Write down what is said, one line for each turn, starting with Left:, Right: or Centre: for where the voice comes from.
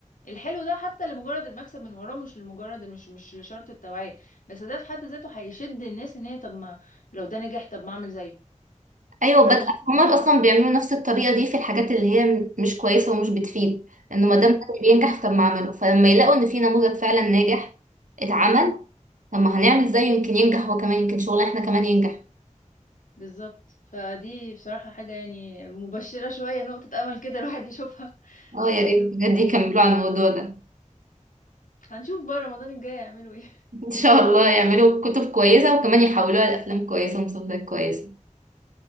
Left: الحلو ده حتى لمجرد المكسب من وراه مش لمجرد مش مش لشرط التوعية بس ده في حد ذاته هيشد الناس ان هي طب ما لو ده نجح طب ما اعمل زيه
Right: ايوه
Left: فانا
Right: بدأ
Left: شايفه
Right: هما اصلا بيعملوا نفس الطريقه دي في الحاجات اللي هي م- مش كويسه ومش بتفيد انه ما
Left: مم.
Right: دام ده اللي بينجح طب ما اعمله فلما يلاقوا ان في نموذج فعلا ناجح اتعمل طب ما هنعمل زيه يمكن ينجح هو كمان يمكن شغلنا احنا كمان ينجح
Left: بالظبط فدي بصراحة حاجة يعني مبشرة شوية نقطة أمل كده الواحد يشوفها <laughs>
Right: اه
Left: تحسس
Right: يا ريت بجد يكملوا
Left: آه.
Right: على الموضوع ده
Left: هنشوف بقى رمضان الجاي يعملوا ايه
Right: <laughs> ان شاء الله يعملوا كتب كويسه وكمان يحولوها لافلام كويسه ومسلسلات كويسه